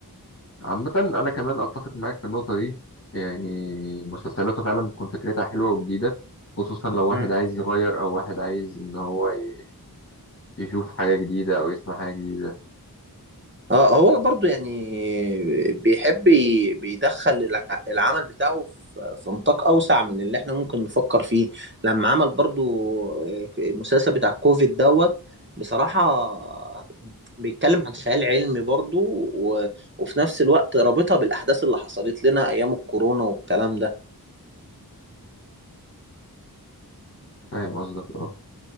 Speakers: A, on the left; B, on the right.
A: عامه انا كمان اتفق معاك في النقطه دي يعني مسلسلاته فعلا بتكون فكرتها حلوه وجديده خصوصا لو واحد
B: امم
A: عايز يغير او واحد عايز ان هو ي- يشوف حاجه جديده او يسمع حاجه جديده
B: اه هو برضو يعني بيحب ي- بيدخل الع- العمل بتاعه في في نطاق اوسع من اللي احنا ممكن نفكر فيه لما عمل برضو آه، المسلسل بتاع كوفيد دوت بصراحة بيتكلم عن خيال علمي برضو و... وفي نفس الوقت رابطها بالأحداث اللي حصلت لنا أيام الكورونا والكلام ده
A: فاهم قصدك اه